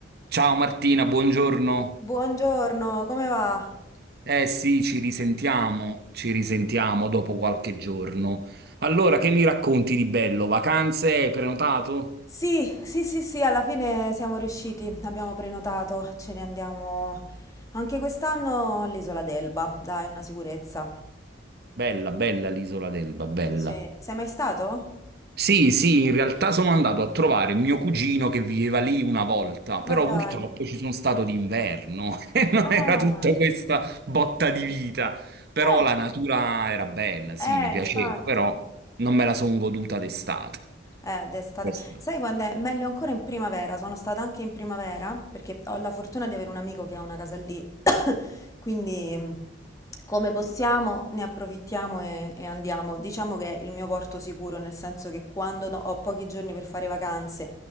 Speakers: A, on the right; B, on the left.
A: Ciao Martina, buongiorno.
B: Buongiorno, come va?
A: Eh sì, ci risentiamo, ci risentiamo dopo qualche giorno. Allora, che mi racconti di bello? Vacanze, hai prenotato?
B: Sì, sì, sì, sì, alla fine siamo riusciti, abbiamo prenotato, ce ne andiamo anche quest'anno all'Isola d'Elba, dai, una sicurezza.
A: Bella, bella l'isola d'Elba, bella.
B: Sì, sei mai stato?
A: Sì, sì, in realtà sono andato a trovare mio cugino che viveva lì una volta, però
B: Ma dai.
A: purtroppo ci sono stato d'inverno <laughs> e non
B: Ah,
A: era tutta questa botta di vita. Però
B: beh,
A: la natura era bella, sì,
B: eh,
A: mi piaceva,
B: infatti.
A: però non me la sono goduta d'estate.
B: Eh, d'estate.
A: Questo.
B: Sai quando è? Meglio ancora in primavera. Sono stata anche in primavera perché ho la fortuna di avere un amico che ha una casa lì. <coughs> Quindi, mh, come possiamo, ne approfittiamo e, e andiamo. Diciamo che è il mio porto sicuro, nel senso che quando do- ho pochi giorni per fare vacanze